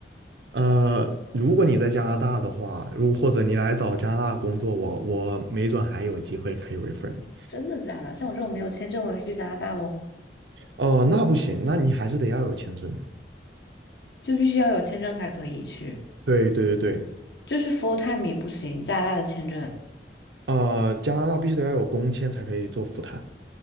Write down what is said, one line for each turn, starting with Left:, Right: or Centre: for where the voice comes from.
Right: 呃，如果你在加拿大的话，如或者你来找加拿大工作，我我没准还有机会可以 refer 你。
Left: 真的假的？像我这种没有签证，我也去加拿大喽，
Right: 哦、那不行，那你还是得要有签证的。
Left: 就必须要有签证才可以去，
Right: 对对对对，
Left: 就是 full time 也不行，加拿大的签证。
Right: 呃，加拿大必须得要有工签才可以做赴谈。